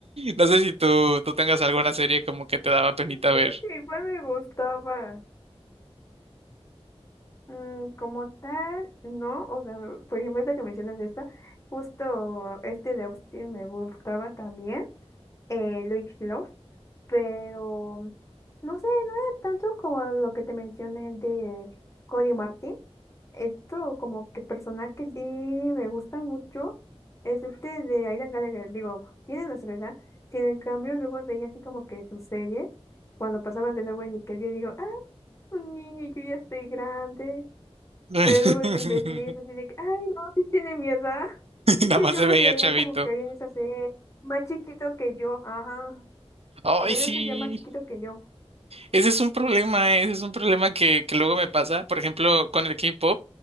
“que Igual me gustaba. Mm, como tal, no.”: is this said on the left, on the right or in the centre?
Left